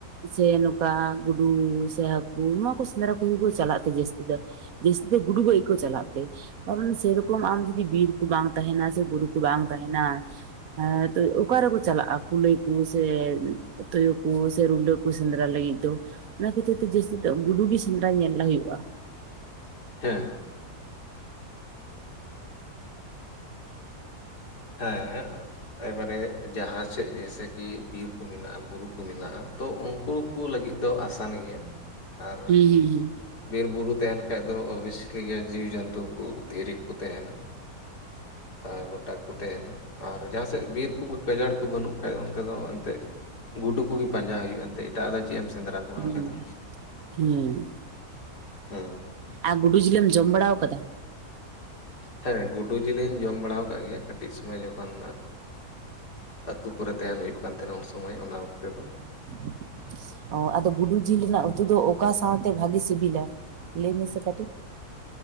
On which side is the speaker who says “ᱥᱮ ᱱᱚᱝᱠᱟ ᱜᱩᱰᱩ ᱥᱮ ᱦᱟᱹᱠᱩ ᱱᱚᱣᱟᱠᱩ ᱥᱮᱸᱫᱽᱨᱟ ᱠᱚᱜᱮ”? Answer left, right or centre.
Right